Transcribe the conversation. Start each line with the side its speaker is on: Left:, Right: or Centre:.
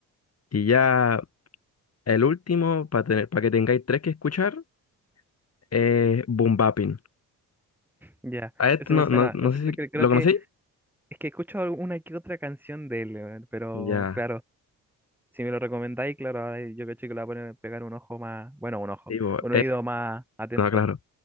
Left: Y ya el último, para tener, para que tengáis tres que escuchar, es Boom Bapin.
Centre: ya,
Left: A este
Centre: ese
Left: no,
Centre: me suena.
Left: no, no
Centre: Ese
Left: sé
Centre: creo,
Left: si
Centre: que creo
Left: lo
Centre: que
Left: conocí.
Centre: es que he escuchado alguna que otra canción de él, weón, pero
Left: Ya,
Centre: claro, si me lo recomendáis, claro, ahora yo cacho que le voy a poner, pegar un ojo más, bueno, un ojo,
Left: digo,
Centre: un
Left: eh,
Centre: oído más atento.
Left: no, claro.